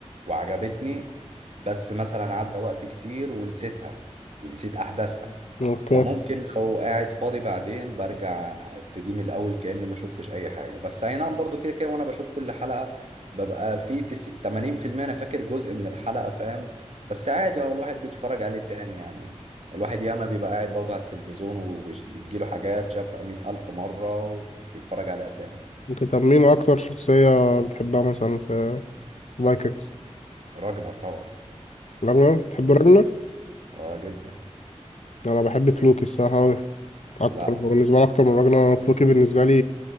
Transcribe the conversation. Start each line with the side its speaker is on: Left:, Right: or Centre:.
Right: وعجبتني بس مثلا عدى وقت كتير ونسيتها ونسيت أحداثها
Left: اوكي
Right: فممكن لو قاعد فاضي بعدين برجع ابتدي من الأول كأني ما شفتش أي حاجة بس أي نعم برضو كده كده وأنا بشوف كل حلقة ببقى في تس... 80% أنا فاكر جزء من الحلقة فاهم بس عادي هو الواحد بيتفرج عليه تاني يعني الواحد ياما بيبقى قاعد برضه على التلفزيون وبيجيله حاجات شافها مئة ألف مرة ويتفرج عليها تاني
Left: ممكن طب مين اكتر شخصيه بتحبها مثلا في فايكنجز
Right: راجنر طبعا
Left: راجنر بتحب راجنر
Right: اه جدا
Left: انا بحب فلوكي الصراحه أوي. اكتر
Right: لا
Left: بالنسبه لي اكتر من راجنر فلوكي بالنسبه لي